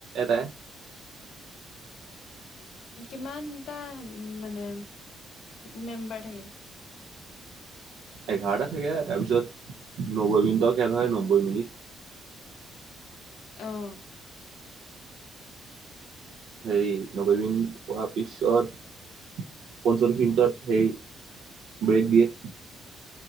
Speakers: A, on the right; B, on the left.
A: এটাই
B: কিমানটা মানে মেম্বাৰ থাকে?
A: এঘাৰটা থাকে তাৰপিছত নব্বৈ মিনিটৰ খেল হয় নব্বৈ মিনিট।
B: আহ।
A: হেৰি ন্বৈবিন হোৱাৰ পিছত পঞ্চল্লিশ মিনিট হে ব্ৰেক দিয়ে।